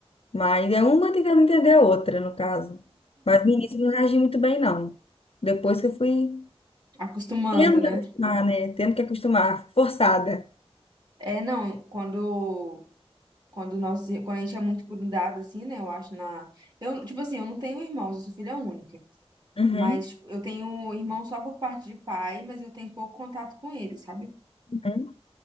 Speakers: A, on the left; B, on the right.
A: Mas é uma tentando entender a outra, no caso. Mas no início eu não reagi muito bem, não. Depois que eu fui
B: acostumando,
A: tendo
B: né?
A: que acostumar, né? Tendo que acostumar, forçada.
B: É, não, quando quando nós, quando a gente é muito grudado assim, né? Eu acho na eu, tipo assim, eu não tenho irmãos, eu sou filha única,
A: Uhum,
B: mas tipo, eu tenho irmão só por parte de pai, mas eu tenho pouco contato com ele, sabe?
A: uhum.